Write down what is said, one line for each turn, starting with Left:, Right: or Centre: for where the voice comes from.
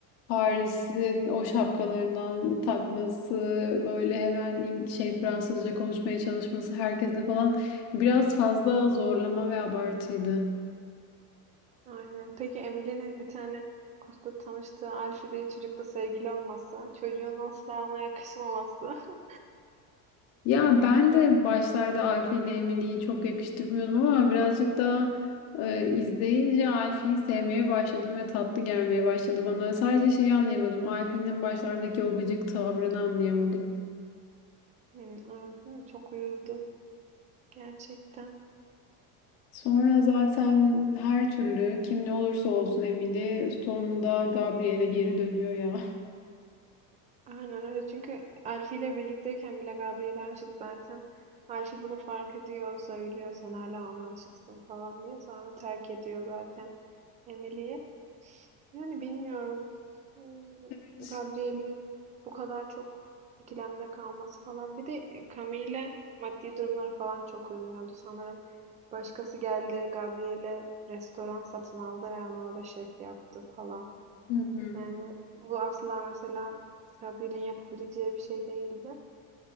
Left: Paris'in o şapkalarından takması, böyle hemen İng- şey Fransızca konuşmaya çalışması herkeste falan biraz fazla zorlama ve abartıydı.
Right: Aynen. Peki Emily'nin bir tane kursta tanıştığı Alfie diye çocukla sevgili olması, çocuğun asla ona yakışmaması. <laughs>
Left: Ya ben de başlarda Alfie ile Emily'yi çok yakıştırmıyordum ama birazcık daha e, izleyince Alfie'yi sevmeye başladım ve tatlı gelmeye başladı bana. Sadece şeyi anlayamadım. Alfie'nin başlardaki o gıcık tavrını anlayamadım.
Right: Hmm, evet değil mi? Çok uyuzdu. Gerçekten.
Left: Sonra zaten her türlü kim ne olursa olsun Emily sonunda Gabriel'e geri dönüyor ya.
Right: Aynen öyle. Çünkü Alfie ile birlikteyken bile Gabriel'e aşık zaten. Alfie bunu fark ediyor, söylüyor sen hala ona aşıksın falan diye. Sonra terk ediyor zaten. Emily. Yani bilmiyorum. Hmm,
Left: Evet.
Right: Gabriel'in bu kadar çok ikilemde kalması falan. Bir de Camille maddi durumları falan çok uymuyordu sanırım. Başkası geldi Gabriel'e restoran satın aldı ve ona orada şef yaptı falan.
Left: Hı hı.
Right: Yani bu asla mesela Gabriel'in yapabileceği bir şey değildi.